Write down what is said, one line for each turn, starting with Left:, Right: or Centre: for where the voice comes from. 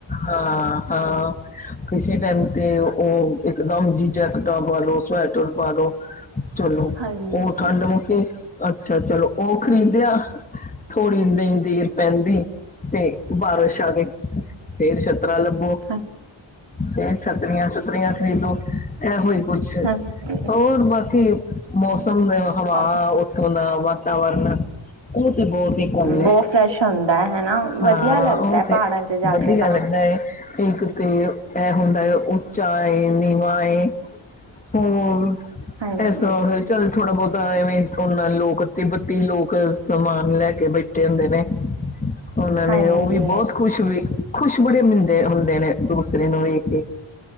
Left: ਹਾਂ! ਹਾਂ! ਕਿਸੇ ਟਾਈਮ ਤੇ ਉਹ ਇਕਦਮ ਜੀ ਜੈਕਟਾਂ ਪਾਲੋ, ਸਵੈਟਰ ਪਾਲੋ। ਚਲੋ
Right: ਹਾਂਜੀ
Left: ਉਹ ਠੰਡ ਮੁਕੀ, ਅੱਛਾ ਚਲੋ ਉਹ ਖ਼ਰੀਦਿਆ। ਥੋੜ੍ਹੀ ਨਹੀਂ ਦੇਰ ਪੈਂਦੀ, ਤੇ ਬਾਰਿਸ਼ ਆ ਗਈ। ਫਿਰ ਛੱਤਰਾ ਲੱਭੋ,
Right: ਹਾਂ
Left: ਫੇਰ ਛੱਤਰੀਆਂ- ਛੁਤਰੀਆਂ ਖਰੀਦੋ। ਇਹੋ ਹੀ ਕੁਛ,
Right: ਹਾਂਜੀ
Left: ਹੋਰ ਬਾਕੀ ਮੌਸਮ ਤੇ ਹਵਾ।
Right: ਹਮ
Left: ਉੱਥੋਂ ਦਾ ਵਾਤਾਵਰਨ। ਉਹ ਤੇ ਬਹੁਤ ਹੀ ਘੁੰਮੇ,
Right: ਬਹੁਤ ਫਰੈਸ਼ ਹੁੰਦਾ ਹੈ ਹਨਾ ਵਧੀਆ
Left: ਹਾਂ
Right: ਲੱਗਦਾ
Left: ਉਹ ਤੇ।
Right: ਪਹਾੜਾਂ ਚ ਜਾ
Left: ਵਧੀਆ
Right: ਕੇ ਤਾਂ
Left: ਲੱਗਦਾ ਹੈ, ਕਿ ਕਿਧਰੇ ਇਹ ਹੁੰਦਾ ਹੈ। ਉਚਾ ਏ- ਨੀਵਾ ਏ ਹੋਰ
Right: ਹਾਂਜੀ
Left: ਐਸਾ। ਚੱਲ ਥੋੜ੍ਹਾ ਬਹੁਤਾ ਐਵੇਂ ਨਾ ਲੋਕ ਇਕੱਤੀ ਬੱਤੀ ਲੋਕ ਸਮਾਨ ਲੈ ਕੇ ਬੈਠੇ ਹੁੰਦੇ ਨੇ। ਹੂ! ਉਹਨਾਂ ਨੇ
Right: ਹਾਂਜੀ
Left: ਉਹ ਵੀ ਬਹੁਤ ਖੁਸ਼ ਹੋਈ, ਖੁਸ਼ ਬੜੇ ਮਿਲਦੇ ਹੁੰਦੇ ਨੇ ਦੂਸਰੇ ਨੂੰ ਵੇਖ ਕੇ।